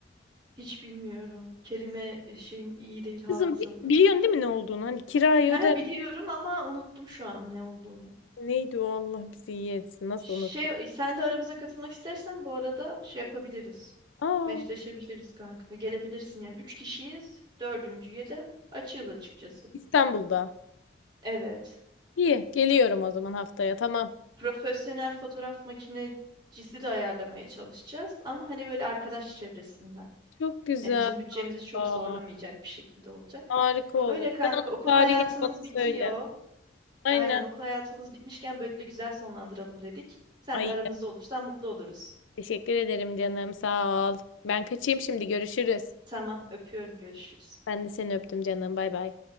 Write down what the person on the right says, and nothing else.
Hiç bilmiyorum. Kelime e, şeyim iyi değil hafızam.
Ha
biliyorum ama unuttum şu an ne olduğunu.
Şey,
sen de aramıza katılmak istersen bu arada şey yapabiliriz.
Meşleşebiliriz kanka. Gelebilirsin yani. Üç kişiyiz. Dördüncüye de açığız açıkçası.
Evet.
Profesyonel fotoğraf makinecisi de ayarlamaya çalışacağız. Ama hani böyle arkadaş çevresinden.
Yani bizim bütçemizi çok
zorlamayacak bir şekilde olacak.
Öyle kanka.
Okul
hayatımız
bitiyor.
Aynen okul hayatımız bitmişken böyle güzel sonlandıralım dedik. Sen
de aramızda olursan mutlu oluruz.
Tamam, öpüyorum. Görüşürüz.